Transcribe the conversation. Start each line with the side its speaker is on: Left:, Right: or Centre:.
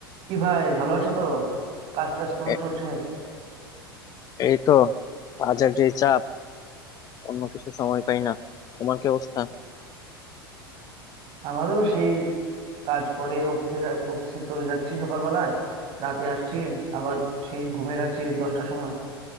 Right: কি ভাই ভালো আছো তো কাজ টাজ কেমন
Left: এ-
Right: চলছে
Left: এই তো কাজের যে চাপ অন্য কিছু সময় পাই না তোমার কি অবস্থা
Right: আমারও সেই কাজ করে অফিসে যা- অফিসে চলে যাচ্ছি সকালবেলায় রাতে আসছি আবার সেই ঘুমিয়ে যাচ্ছি দশটার সময়